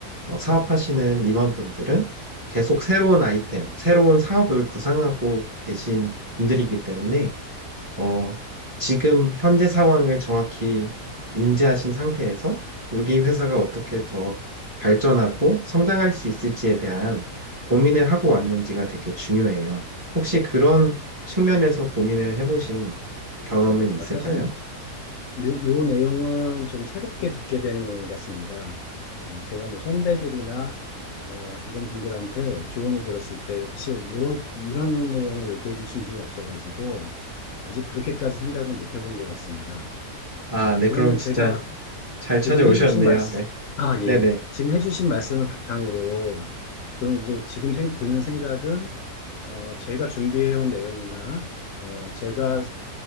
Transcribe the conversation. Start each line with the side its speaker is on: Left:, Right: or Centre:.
Right: 어, 사업하시는 임원분들은 계속 새로운 아이템, 새로운 사업을 구상하고 계신 분들이기 때문에 어, 지금 현재 상황을 정확히 인지하신 상태에서 우리 회사가 어떻게 더 발전하고 성장할 수 있을지에 대한 고민을 하고 왔는지가 되게 중요해요. 혹시 그런 측면에서 고민을 해보신 경험은 있을까요?
Left: 아, 사실 요, 요 내용은 좀 새롭게 듣게 되는 내용 같습니다. 어, 제가 뭐 선배들이나 어, 이런 분들한테 조언을 들었을 때 사실 요런, 이런 내용을 얘기해 주신 분이 없어가지고 아직 그렇게까지 생각은 못 해본 것 같습니다.
Right: 아,
Left: 어,
Right: 네,
Left: 그러면
Right: 그럼 진짜
Left: 제가
Right: 잘 찾아오셨네요.
Left: 지금 해주신 말씀,
Right: 네,
Left: 아, 예.
Right: 네네.
Left: 지금 해주신 말씀을 바탕으로 그럼 이제 지금 생- 드는 생각은 어, 제가 준비해온 내용이나 어, 제가